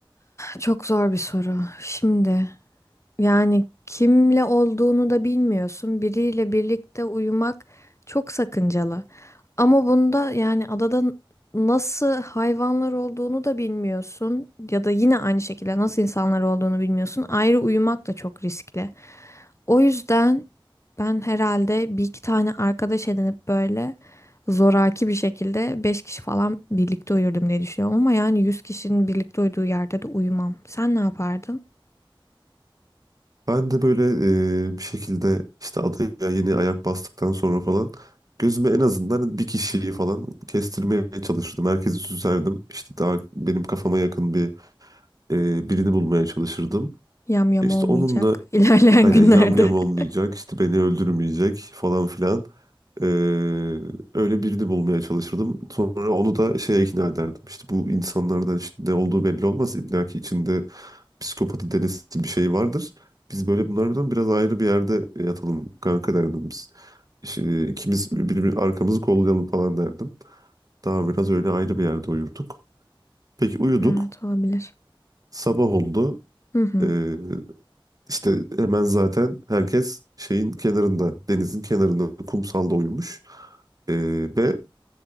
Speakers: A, on the left (about 30°); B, on the right (about 40°).
A: Çok zor bir soru. Şimdi. Yani kimle olduğunu da bilmiyorsun. Biriyle birlikte uyumak çok sakıncalı. Ama bunda yani adada nasıl hayvanlar olduğunu da bilmiyorsun ya da yine aynı şekilde nasıl insanlar olduğunu bilmiyorsun. Ayrı uyumak da çok riskli. O yüzden ben herhalde bir iki tane arkadaş edinip böyle zoraki bir şekilde beş kişi falan birlikte uyurdum diye düşünüyorum. Ama yani yüz kişinin birlikte uyuduğu yerde de uyumam. Sen ne yapardın?
B: Ben de böyle eee, bir şekilde işte adaya yeni ayak bastıktan sonra falan gözüme en azından bir kişiyi falan kestirmeye çalışırdım. Herkesi süzerdim. İşte daha benim kafama yakın bir eee, birini bulmaya çalışırdım.
A: Yam yam
B: İşte
A: olmayacak
B: onunla
A: ilerleyen
B: Aynen
A: günlerde.
B: yam yam olmayacak
A: <laughs>
B: işte beni öldürmeyecek falan filan. Ee, öyle birini bulmaya çalışırdım. Sonra onu da şeye ikna ederdim. İşte bu insanlardan işte ne olduğu belli olmaz. İlla ki içinde psikopatı delisi bir şey vardır. Biz böyle bunlardan biraz ayrı bir yerde yatalım kanka derdim biz. İşte e, ikimiz birbirimizin arkamızı kollayalım falan derdim. Daha biraz öyle ayrı bir yerde uyurduk. Peki uyuduk.
A: Evet olabilir.
B: Sabah oldu.
A: Hı hı.
B: Ee, işte hemen zaten herkes şeyin kenarında, denizin kenarında, kumsalda uyumuş. Ee, ve